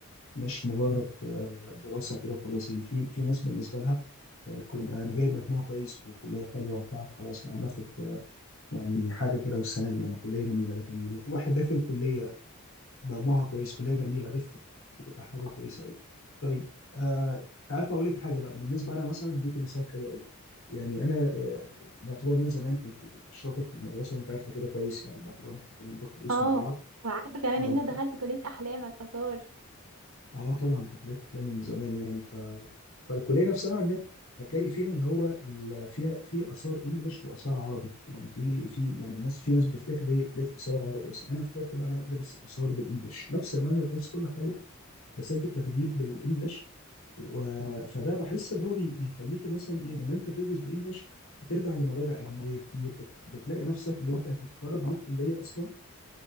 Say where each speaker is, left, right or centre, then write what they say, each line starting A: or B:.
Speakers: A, on the left (about 65°); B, on the right (about 80°).
A: مش مجرد آه، دراسه كده وخلاص يعني في في ناس بالنسبه لها آه، كل انا جايب مجموع كويس وكليه حلوه وبتاع فخلاص انا باخد يعني حاجه كده والسلام يعني كليه جميله لكن لما يكون واحد داخل كليه ضمها كويس كليه جميله بت- بتبقى حاجه كويسه قوي طيب آه انت عارف اقول لك حاجه بقى بالنسبه انا مثلا هديك مثال حلو قوي يعني انا آه، باعتبار ان انا زمان كنت شاطر في المدرسه وانت عارفه كده كويس يعني باعتبار إن احنا كنا بنروح دروس
B: اه
A: مع بعض
B: وعارفة كمان
A: اه
B: إن انت دخلت كلية احلامك اثار
A: اه طبعا كانت لعبة احلامي من زمان يعني ف فالكليه نفسها عندنا هتلاقي فيها اللي هو ال... فيها في اثار انجليش واثار عربي يعني في في يعني ناس في ناس بتفتكر هي كليه اثار عربي اصلا انا اخترت بقى إن انا ادرس اثار بالانجليش نفس المنهج نفس كل حاجه بس انت بتاخديه بالانجليش و... فده بحس اللي هو بي... بيخليك مثلا ايه لما انت تدرس بالانجليش بترجع لمراجع اجنبيه كتير بت... بتلاقي نفسك اللي انت بتخرج من الكليه اصلا